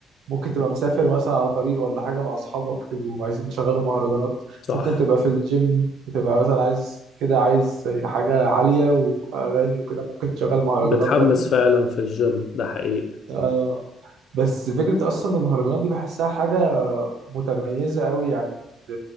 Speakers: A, on the right; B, on the left.
A: ممكن تبقى مسافر مثلا على طريق ولا حاجه مع اصحابك تبقوا عايزين تشغلوا مهرجانات
B: صح
A: ممكن تبقى في الجيم بتبقى مثلا عايز كده عايز حاجه عاليه واغاني وكده ممكن تشغل مهرجانات
B: بتحمس
A: برضو
B: فعلا في الجيم ده حقيقي
A: آه بس فكرة أصلا المهرجانات دي بحسها حاجة متميزة أوي يعني ب-